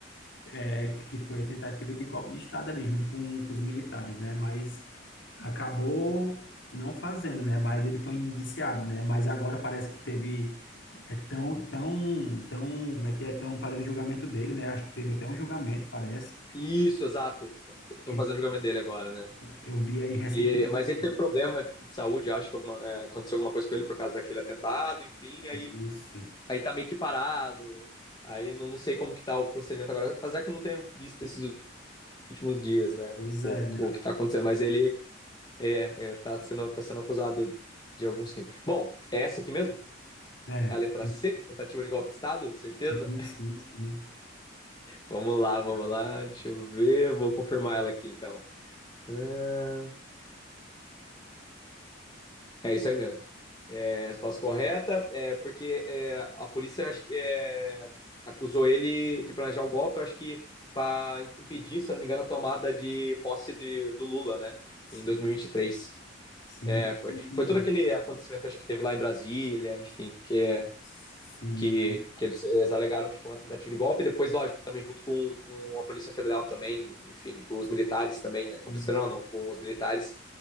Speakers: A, on the left (about 65°); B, on the left (about 20°).
A: é, que foi a tentativa de golpe de Estado ali junto com, com os militares, né? Mas acabou não fazendo, né? Mas ele foi indiciado, né? Mas agora parece que teve é tão tão tão como é que é tão fazendo julgamento dele, né? Acho que teve até um julgamento, parece.
B: Isso, exato. Estão
A: Ele,
B: fazendo o julgamento dele agora, né?
A: eu vi aí
B: E,
A: recentemente.
B: e- mas ele teve problema de saúde, acho que alguma- é, aconteceu alguma coisa com ele por causa daquele atentado, enfim, aí,
A: Isso.
B: aí tá meio que parado, aí não, não sei como que tá o procedimento agora, apesar que eu não tenho visto esses últimos dias, né,
A: Pois
B: o,
A: é, né?
B: o que tá acontecendo, mas ele é, é, tá sendo, tá sendo acusado de alguns crimes. Bom, é essa aqui mesmo?
A: É,
B: É a letra
A: sim,
B: C, tentativa de golpe de Estado, certeza?
A: sim, sim, sim,
B: Vamos lá, vamos lá, deixa eu ver, vou confirmar ela aqui, então. Ah, É isso aí mesmo. a resposta correta, é, porque é, a polícia acho que, é, acusou ele de planejar o golpe, acho que para impedir, se não me engano, a tomada de posse de, do Lula, né?
A: sim,
B: Em 2023.
A: sim,
B: É, foi,
A: isso
B: foi
A: mesmo.
B: todo aquele acontecimento acho que teve lá em Brasília, enfim, que,
A: sim.
B: que, que eles, eles alegaram que foi uma tentativa de golpe, depois, lógico, também junto com, com a Polícia Federal também, enfim, com os militares também, né? Com
A: sim.
B: a Polícia Federal não, com os militares